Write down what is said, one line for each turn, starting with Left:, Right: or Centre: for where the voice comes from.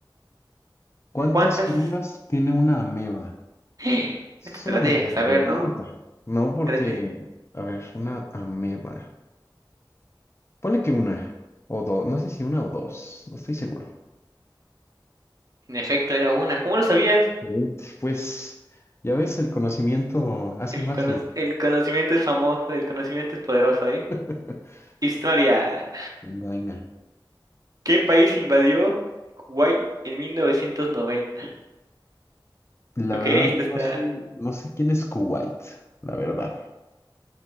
Left: ¿Cuántas
Right: ¿Cuántas?
Left: células tiene una ameba?
Right: <gasps>
Left: Esa
Right: Esta
Left: es
Right: te
Left: una
Right: la
Left: muy
Right: tienes
Left: buena
Right: que saber,
Left: pregunta.
Right: ¿no?
Left: No porque,
Right: Te la tienes
Left: a ver, una ameba. Ponle que una o dos, no sé si una o dos, no estoy seguro.
Right: En efecto, era una. ¿Cómo lo sabías?
Left: Excelente. Pues ya ves, el conocimiento hace
Right: El,
Left: magia.
Right: cono- el conocimiento es famoso, el conocimiento es poderoso, ¿eh?
Left: <laughs>
Right: Historia.
Left: Venga, venga.
Right: ¿Qué país invadió Kuwait en 1990?
Left: La
Right: Ok,
Left: verdad,
Right: este
Left: no
Right: está...
Left: sé, no sé quién es Kuwait, la verdad.